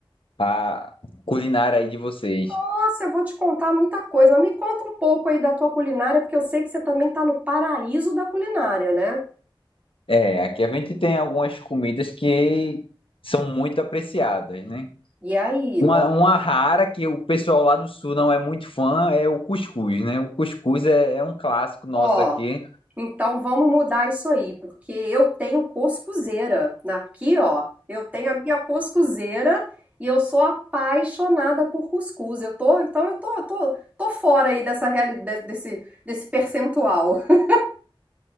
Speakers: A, on the left; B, on the right.
A: a culinária aí de vocês.
B: Nossa, eu vou te contar muita coisa, mas me conta um pouco aí da tua culinária, porque eu sei que você também tá no paraíso da culinária, né?
A: É, aqui a gente tem algumas comidas que são muito apreciadas, né?
B: E aí,
A: Uma,
B: nó-
A: uma rara que o pessoal lá do sul não é muito fã é o cuscuz, né? O cuscuz é é um clássico nosso
B: ó,
A: aqui.
B: então vamos mudar isso aí, porque eu tenho cuscuzeira. Aqui, ó, eu tenho a minha cuscuzeira e eu sou apaixonada por cuscuz. Eu tô, então eu tô, tô, tô fora aí dessa realidade, desse, desse percentual. <laughs>